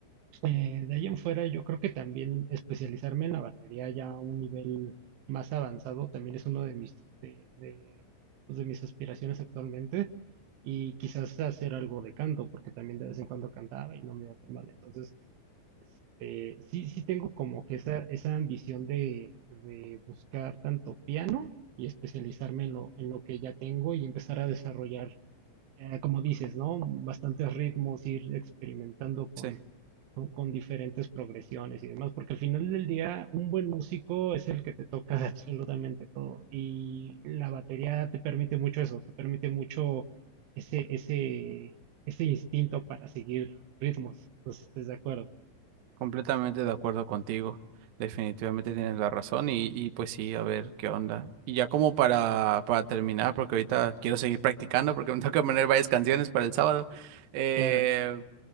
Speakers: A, on the right; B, on the right.
A: Eh, de ahí en fuera, yo creo que también especializarme en la batería ya a un nivel más avanzado también es uno de mis, de, de, pues, de mis aspiraciones actualmente. Y quizás hacer algo de canto, porque también de vez en cuando cantaba y no me iba tan mal. Entonces, eh, sí, sí tengo como que esa, esa ambición de, de buscar tanto piano y especializarme en lo, en lo que ya tengo y empezar a desarrollar, eh, como dices, ¿no? Bastantes ritmos, ir experimentando con,
B: Sí.
A: con, con diferentes progresiones y demás, porque al final del día un buen músico es el que te toca de absolutamente todo y la batería te permite mucho eso, te permite mucho ese, ese, ese instinto para seguir ritmos, no sé si estés de acuerdo,
B: Completamente de acuerdo contigo. Definitivamente tienes la razón y, y pues sí, a ver qué onda. Y ya como para, para terminar, porque ahorita quiero seguir practicando porque me <laughs> toca poner varias canciones para el sábado. Eh,
A: claro.